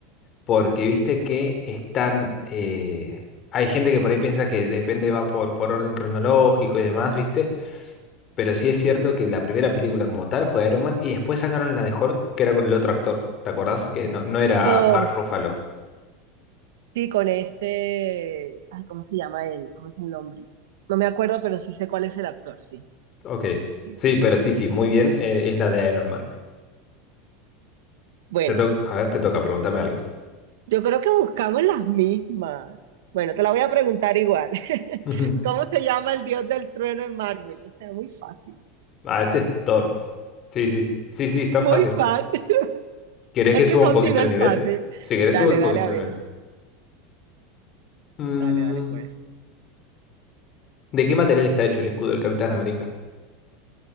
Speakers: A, on the left (about 35°); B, on the right (about 80°).
A: porque viste que están... eh, hay gente que por ahí piensa que depende, va por, por orden cronológico y demás, ¿viste? Pero sí es cierto que la primera película como tal fue Iron Man y después sacaron la de Hulk que era con el otro actor, ¿te acordás? Que no, no era
B: con,
A: Mark Ruffalo.
B: sí, con este, ay, ¿cómo se llama él? ¿Cómo es el nombre? No me acuerdo, pero sí sé cuál es el actor, sí,
A: Ok.
B: sí,
A: Sí,
B: sí.
A: pero sí, sí, muy bien, eh, es la de Iron Man.
B: Bueno,
A: Te to- A ver, te toca, pregúntame algo.
B: yo creo que buscamos las mismas. Bueno, te la voy a preguntar igual. <laughs>
A: Ujú.
B: ¿Cómo se llama el dios del trueno en Marvel? O sea, muy fácil,
A: Ah, este es Thor. Sí, sí, sí, sí, es tan
B: muy
A: fácil,
B: fácil.
A: ¿no?
B: <laughs>
A: ¿Querés
B: Es
A: que suba
B: que son
A: un poquito
B: nivel
A: el nivel?
B: fácil.
A: Si querés,
B: Dale,
A: subo un poquito
B: dale a
A: el
B: ver.
A: nivel. Mm,
B: Dale, dale, pues.
A: ¿de qué material está hecho el escudo del Capitán América?